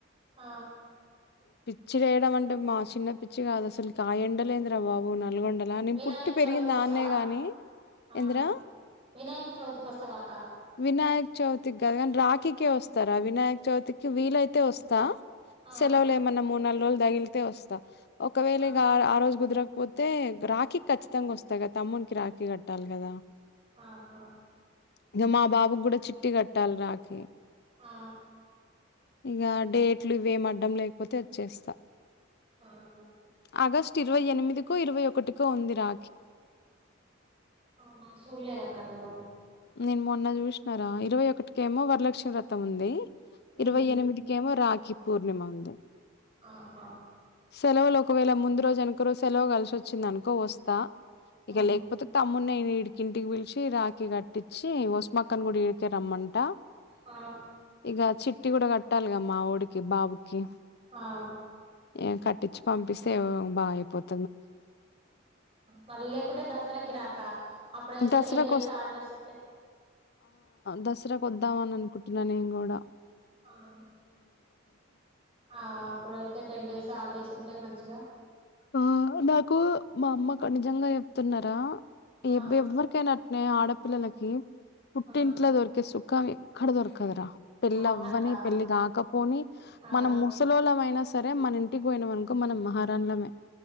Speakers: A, on the right; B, on the left.
A: హ
B: పిచ్చి లేేయడమన్టే మా సిన్న పిచ్చి గాదసల్క్ ఆ ఎండలేందిరా బాబు నా నల్గొండల నేను
A: వినాయక
B: పుట్టి పెరిగింది
A: చవితికి వస్తావా
B: ఆన్నే గాని
A: ఆ
B: ఏంద్రా
A: వినాయక చవితికి వస్తావా అక్క
B: వినాయక్ చౌత్ త్ కద్గాని రాఖీకే వొస్తా రా వినాయక్ చవితికి వీలైతే వొస్తా
A: ఆ
B: సెల్వల్లేమన్నా మూడ్ నాలుగ్ రోజుల్ తగ్లితే వొస్తా. ఒకవేళ
A: ఆ
B: ఇగా ఆ రోజు గుదరక్ పోతే రాఖీకి ఖచ్చితంగా వొస్తా గదా తమ్మున్కి రాఖీ కట్టాల్ గదా.
A: హా హా
B: ఇగ మా బాబు క్కూడా చిట్టి కట్టాలి రాఖి.
A: ఆ
B: ఇగ డేట్లు ఇవేమి అడ్డం లేకపోతే వచ్చేస్తా.
A: హాహా
B: ఆగస్టు ఇరవై ఎనిమిదికో, ఇరవై ఒకటికో ఉంది రా
A: అవునా సూర్య అక్క దేనా
B: నేన్ మొన్న జూస్నారా ఇరవై ఒకట్కేమో వరలక్ష్మి వ్రతముంది. ఇరవై
A: ఉమ్
B: ఎనిమిదికెమో రాఖీ పూర్ణిమ ఉంది.
A: ఆహా
B: సెలవులొకవేళ ముందు రోజు వెనుక రోజు సెలవు కలిసోచ్చిందనుకో వస్తా ఇక
A: ఉమ్
B: లేకపోతే తమ్ము అన్నే ఇడికింటికి పిలిచి రాకీ కట్టించి వసుమక్కన్ కూడా ఇడికే రమ్మంట.
A: హా
B: ఇగ చిట్టి గూడా కట్టల్గా మా వొడికి బాబుకి.
A: హా
B: ఎమ్ కట్టిచీ పంపిస్తే వ్ బాగయిపోత్
A: మళ్ళీ లేకుంటే దసరాకిిరాక్క అప్పుడైతే
B: దసరాకు
A: టెన్ డేస్ అల్డేస్ ఉంటే
B: దస్రా కొద్దామనన్కుంటున్నా నేన్ గూడా
A: ఆహా ఆ అప్పుడైతే టెన్ డేస్ హాలీడేస్ ఉన్ టయ్ మంచిగ
B: ఆ నాకు మా అమ్మ ఖ నిజంగా జేప్తున్నరా నియబ్బె
A: ఆ
B: వ్వరికైనట్నే ఆడపిల్లలకి పుట్టింట్లో
A: ఆ
B: దొరికే సుఖం ఎక్ క్కడ దొరకదరా పెళ్లి
A: అవునక్క
B: అవ్వని పెళ్లి గాకపోని
A: ఆ
B: మనం ముసలోల్లమయినా సర్ రే మనింటికి బోయినమన్కో మనమ్ మహారాణులమే